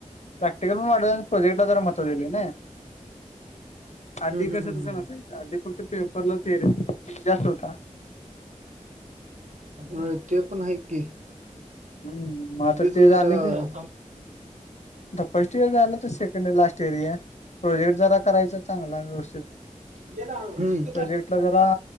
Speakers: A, on the left; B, on the right.
A: प्रॅक्टिकल पण वा <unintelligible> प्रोजेक्टला जरा महत्व दिल ना? आधी
B: हम्म हम्म
A: कसं तस
B: हम्म
A: नसायचं. आधी फक्त पेपरला <unintelligible> जास्त <unintelligible>
B: अ ते पण आहे की.
A: हम्म मग
B: अधदीच
A: आता
B: जरा-
A: ते झाले की फर्स्ट इयर झालं तर second year last year <unintelligible> project जरा करायचा चांगला व्यवस्थित.
B: ये ना <unintelligible> हम्म.
A: प्रोजेक्टला जरा